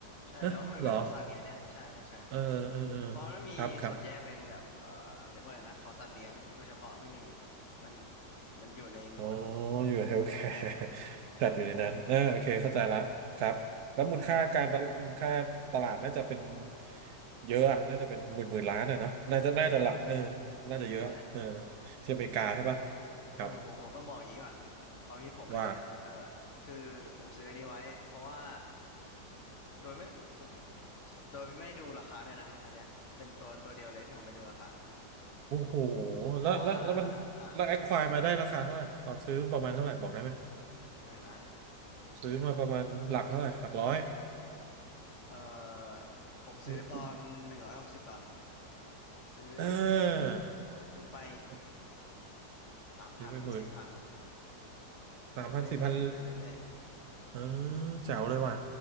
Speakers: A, on the left; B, on the right.
A: ใช่แต่ว่ามันเป็นของสัตว์ไงเนี่ยใช่ใช่ใช่
B: ฮะเหรอเออเออเออ
A: เพราะมันมีส่วนแยกเป็นแบบเอ่อเรียกว่าอะไรนะของสัตว์เลี้ยงโดยเฉพาะไม่มี
B: ครับ ครับ
A: มันมันอยู่ในหมวด
B: อ๋ออยู่เฮลท์แคร์
A: เฮลท์แคร์
B: <laughs> จัดอยู่ในนั้นเอ่าโอเคเข้าใจละครับแล้วมูลค่าการตลมูลค่าตลาดน่าจะเป็น
A: อือฮึ
B: เยอะอะน่าจะเป็นหมื่นหมื่นล้านอะเนอะน่าจะน่าจะหลักเออน่าจะเยอะเออ
A: นั่นแหละ
B: ที่อเมริกาใช่ปะ
A: เออผมผมต้องบอกอย่างนี้ก่อน
B: ครับ
A: ความคิดผมเลยอันเนี่ยเออ
B: ว่า
A: คือผมซื้ออันนี้ไว้เพราะว่าโดยไม่ผมโดยไม่ดูราคาด้วยนะอันเนี้ยเป็นตัวตัวเดียวเลยที่ผมไม่ดูราคาผม
B: โอ้โห
A: เพราะว่า
B: แล้วแล้วแล้วมันแล้วแอคควายมาได้ราคาเท่าไหร่ตอนซื้อประมาณเท่าไหร่บอกได้ไหม
A: อ่ะอย่างนะ
B: ซื้อมาประมาณหลักเท่าไหร่หลักร้อย
A: เออผมซื้อตอนหนึ่งร้อยหกสิบดอล
B: เออ
A: ซื้อ
B: เอ
A: ซื้อไป
B: อ
A: สามพันสี่พัน
B: ซื้อไปหมื่น
A: เติมเรื่อยๆเติมเรื่อย
B: สามพันสี่พัน เออแจ๋วเลยว่ะ